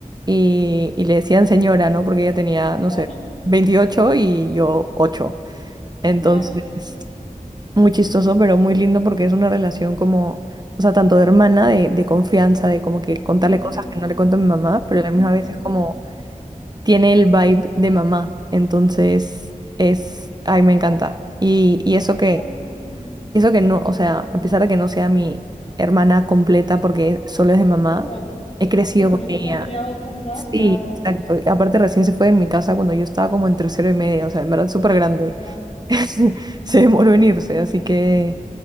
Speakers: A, on the right; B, on the left.
A: y, y le decían señora, ¿no? Porque ella tenía, no
B: Claro,
A: sé, 28 y yo ocho Entonces,
B: <laughs> claro.
A: muy chistoso, pero muy lindo porque es una relación como, o sea, tanto de hermana, de, de confianza, de como que contarle
B: Ujú.
A: cosas que no le cuento a mi mamá,
B: Mm,
A: pero a la misma vez es como tiene el vibe de mamá. Entonces, es, ay, me encanta. Y, y eso que,
B: qué bonito.
A: eso que no, o sea, a pesar de que no sea mi hermana completa porque solo es de mamá,
B: Claro.
A: he crecido
B: Bueno,
A: con
B: pero si
A: ella.
B: se han creado juntas,
A: Sí,
B: claro.
A: exacto. Y Aparte recién se fue de mi casa cuando yo estaba como en tercero y media, o sea, en verdad súper grande.
B: Ya,
A: <laughs> Se demoró en irse, así que